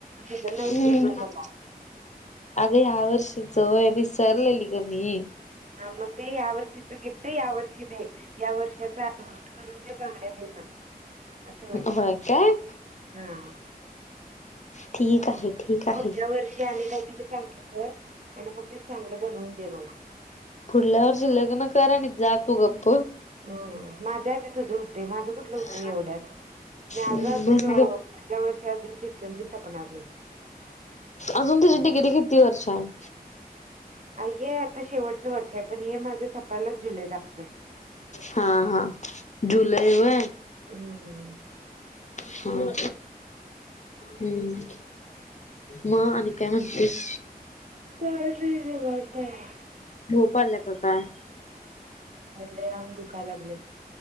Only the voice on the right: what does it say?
दिलं नाही
दिसतो मला
हा मग ते या वर्षीच गिफ्ट आहे या वर्षी दे या वर्षाचा ट करून ते बांगड्या देई मला असं म्हणे
हा
पुढच्या वर्षी आम्ही काहीतरी चांगलं कर आणि मग ते चांगलं बणवून दे मला
ह माझ्या आधी तुझं होतंय माझं कुठलं होतंय
एवढ्यात माझं
अजून पुढच्या
वर्षी अजून शिक्षण बी सपणार नाही
हे आता शेवटचं वर्ष आहे पण हे माझं सपायलाच जुल लागतय
हम्
का करता आहे
ले आम दुखा लागले